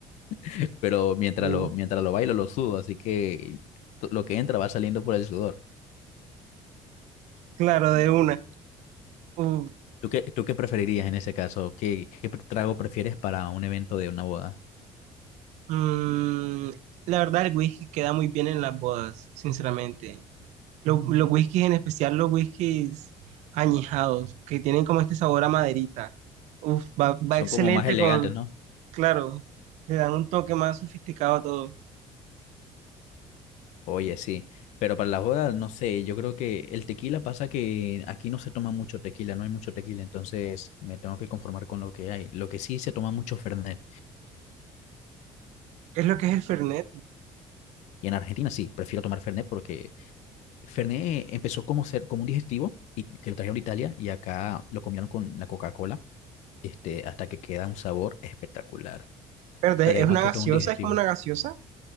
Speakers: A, on the left (about 80°); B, on the right (about 75°).
A: <laughs> Pero mientras
B: Uh,
A: lo, mientras lo bailo, lo sudo, así que t- lo que entra va saliendo por el sudor.
B: claro, de una. Uh,
A: ¿Tú qué, tú qué preferirías en ese caso? ¿Qué, qué trago prefieres para un evento de una boda?
B: mm, la verdad, el whisky queda muy bien en las bodas, sinceramente. Lo- los whiskies, en especial los whiskies añejados, que tienen como este sabor a maderita. Uf, va, va
A: Son
B: excelente
A: como más elegantes,
B: con,
A: ¿no?
B: Claro, le dan un toque más sofisticado a todo.
A: Oye, sí, pero para las bodas, no sé, yo creo que el tequila pasa que aquí no se toma mucho tequila, no hay mucho tequila, entonces me tengo que conformar con lo que hay. Lo que sí se toma mucho Fernet,
B: Es lo que es el Fernet.
A: y en Argentina sí, prefiero tomar Fernet porque Fernet empezó como, ser, como un digestivo y que lo trajeron de Italia y acá lo combinaron con la Coca-Cola, este, hasta que queda un sabor espectacular,
B: Espérate,
A: pero es
B: es una
A: más que
B: gaseosa,
A: todo un digestivo.
B: es como una gaseosa.